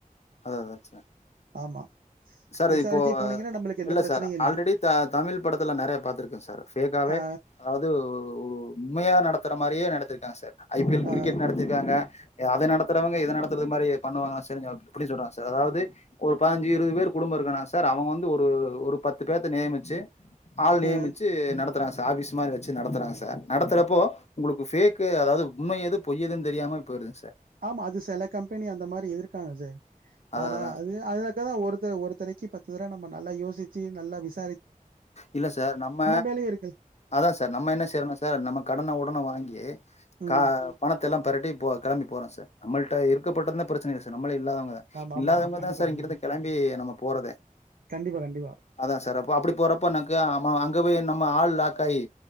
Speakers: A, on the left; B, on the right.
A: அதா அதா நெனச்சே
B: ஆமா
A: சார்
B: விசாரிச்சு
A: இப்போ
B: போனீங்கன்னா நம்மளுக்கு எந்த
A: இல்ல
B: பிரச்சனையு
A: சார்
B: இல்ல
A: ஆல்ரெடி த தமிழ் படத்துல நெறையா பாத்துருக்கே சார் பேஃக்காவே
B: ஆ
A: அதாவது உண்மையா நடத்துற மாரியே நடத்திருக்காங்க சார் ஐ பி எல்
B: ஆ
A: கிரிக்கெட் நடத்திருக்காங்க அத நடத்துறவங்க இத நடத்துறது மாரி பண்ணுவாங்களா செரின்னு அப்டி சொல்றாங்க சார் அதாவது ஒரு பதினஞ்சி இருபது பேர் குடும்போ இருக்குன்னா சார் அவங்க வந்து ஒரு ஒரு பத்து பேத்த நியமிச்சி ஆள் நியமிச்சி
B: ஆ
A: நடத்துறாங்க சார் ஆபிஸ் மாரி வச்சி நடத்துறாங்க சார் நடத்துறப்போ உங்களுக்கு பேக்கு அதாவது உண்ம எது பொய் எதுன்னு தெரியாமயே போயிருதுங்க சார்
B: ஆமா அது செல கம்பெனி அந்த மாரி இருகாங்க சார்
A: அததான்
B: ஆனா அது அத தா ஒரு ஒரு தரைக்கு பத்து தரவ நம்ம நல்லா யோசிச்சி நல்லா விசா
A: இல்ல சார் நம்ம
B: மேலயே இருக்கு
A: அதா சார் நம்ம என்ன செய்றோன்னா சார் நம்ம கடன உடன வாங்கி
B: ம்
A: கா பணத்த எல்லா பெரட்டி போ கெளம்பி போறோ சார் நம்மள்ட்ட இருக்கப்பட்டதுனா பிரச்சனை இல்ல சார் நம்மளே இல்லாதவங்க
B: ஆமா
A: இல்லாதவங்கதா
B: ஆமா ஆமா கண்டிப்பா
A: சார்
B: கண்டிப்பா
A: இங்கருந்து கெளம்பி நம்ம போறதே
B: கண்டிப்பா கண்டிப்பா
A: அதா சார் ஓ அப்டி போறப்ப எனக்கு அங்க போய் நம்ம ஆள் லாக் ஆயி